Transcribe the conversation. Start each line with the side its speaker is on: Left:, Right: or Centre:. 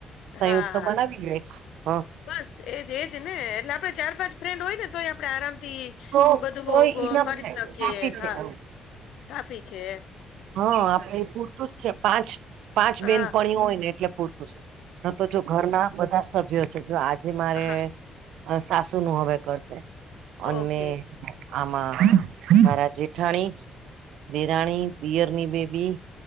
Right: સંયુક્ત
Left: હા હા
Right: બનાવી લિયો એક હ.
Left: બસ એજ એજ ને એટલે આપડે ચાર પાંચ ફ્રેન્ડ હોય ને તોય આપડે આરામ થી.
Right: તો
Left: બધું
Right: તોય ઇનફ
Left: કરી
Right: છે
Left: શકીએ
Right: કાફી છે
Left: હા
Right: એમ
Left: કાફી છે.
Right: હા આપણે એ પૂટ. પૂરતું જ છે પાંચ પાંચ
Left: હા
Right: બેનપણીઓ હોય ને એટલે પૂરતું છે ન તો જો ઘરના બધા સભ્યો છે જો આજે મારે
Left: હા
Right: સાસુ નું હવે કરશે
Left: ઓકે
Right: અને. આમાં મહારા જેઠાણી, દેરાણી દિયરની બેબી